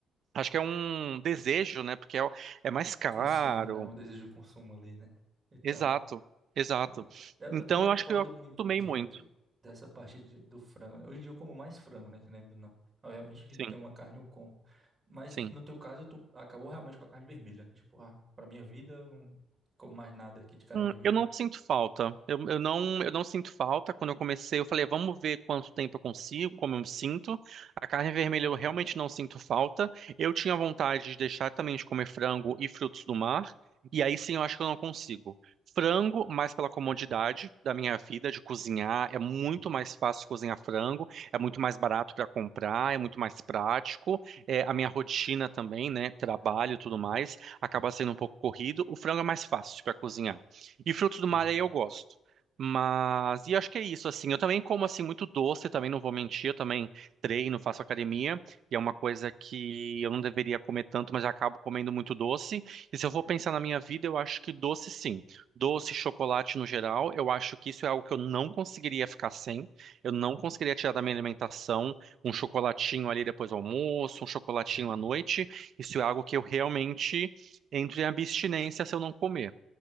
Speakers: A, on the right; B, on the right.
A: acho que é um desejo, né, porque é, o- é mais caro.
B: de consumo, né? Um desejo de consumo ali, né? E tal.
A: Exato, exato.
B: Pronto. Eu,
A: Então,
B: eu também
A: eu
B: concordo
A: acho que eu acostumei
B: muito de,
A: muito.
B: de- dessa parte de- do frango. né? Hoje em dia eu como mais frango, né? Que nem do não. Obviamente que
A: Sim,
B: tem uma carne eu como. Mas
A: sim.
B: no teu caso, tu acabou realmente com a carne vermelha, né? Tipo, ah, pra minha vida eu não como mais nada aqui de carne
A: Hum,
B: vermelha.
A: Eu não sinto falta. Eu, eu não, eu não sinto falta. Quando eu comecei, eu falei, vamos ver quanto tempo eu consigo, como eu me sinto. A carne vermelha eu realmente não sinto falta. Eu tinha vontade de deixar também de comer frango e frutos do mar. E aí sim, eu acho que eu não consigo. Frango, mais pela comodidade da minha vida de cozinhar, é muito
B: Uhum,
A: mais fácil cozinhar frango, é muito mais barato para comprar, é muito mais prático. É, a minha rotina também, né, trabalho e tudo mais, acaba sendo um pouco corrido. O frango é mais fácil para cozinhar. E frutos do
B: uhum.
A: mar aí eu gosto. Mas, e acho que é isso, assim. Eu também como, assim, muito doce, também não vou mentir. Eu também treino, faço academia. E é uma coisa que eu não deveria comer tanto, mas eu acabo comendo muito doce. E se eu for pensar na minha vida, eu acho que doce, sim. Doce, chocolate no geral, eu acho que isso é algo que eu não conseguiria ficar sem. Eu não conseguiria tirar da minha alimentação um chocolatinho ali depois do almoço, um chocolatinho
B: Hum,
A: à noite. Isso é algo que eu realmente entro em abstinência se eu não comer.